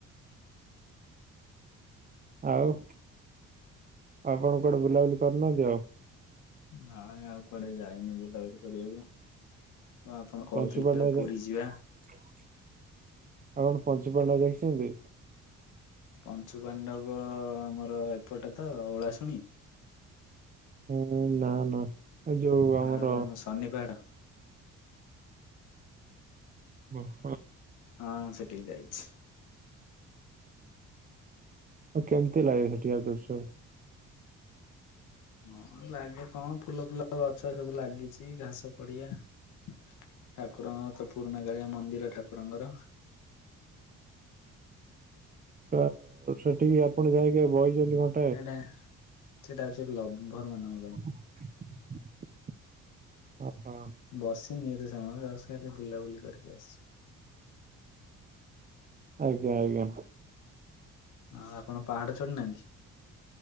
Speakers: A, on the right; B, on the left.
A: ଆଉ ଆପଣ କୁଆଡେ ବୁଲାବୁଲି କରିନାହାନ୍ତି ଆଉ?
B: ନାଇ ଆଉ କୁଆଡେ ଯାଇନି ବୁଲାବୁଲି କରିବାକୁ। ଓ ଆପଣ କହୁଥିଲେ
A: ପଞ୍ଚୁ ପାଣ୍ଡବ
B: ବା ପୁରୀ
A: ଦେ
B: ଯିବା।
A: ଆପଣ ପଞ୍ଚୁ ପାଣ୍ଡବ ଦେଖିଛନ୍ତି?
B: ପଞ୍ଚୁ ପାଣ୍ଡବ ଆମର ଏପଟେ ତ ଓଳାଶୁଣି?
A: ହୁଁ ହୁଁ ନା ନା। ଏ ଯୋଉ ଆମର
B: ଆଉ ଆମ ଶନି ପାହାଡ?
A: <unintelligible>
B: ହଁ ସେଠିକି ଯାଇଛି।
A: ଆଉ କେମତି ଲାଗେ ସେଠିକାର ଦୁର୍ଶ୍ୟ?
B: ହଁ ଲାଗେ କଣ ଫୁଲ ଫୁଲ ଗଛ ସବୁ ଲା ଗିଚି ଘାସ ପଡିଆ ଠାକୁରଙ୍କର ତ ପୁରୁଣା କାଳିଆ ମନ୍ଦିର ଠାକୁରଙ୍କର।
A: ତ ସେଠିକି ଆପଣ ଯାଇଁକି ବଇଚନ୍ତି କଣ?
B: ଏଟା ସେଟା ହଉଛି ଲଭର ମାନଙ୍କ ପାଇଁ।
A: <inaudible> ଓହୋ।
B: ବସିନି ଏତେ ସମୟ ଜଷ୍ଟ ଖାଲି ଟିକେ ବୁଲାବୁଲି କରିକି ଆସିଚୁ।
A: ଆଜ୍ଞା ଆଜ୍ଞା।
B: ଆ ଆପଣ ପାହାଡ ଚଢିନାହାନ୍ତି?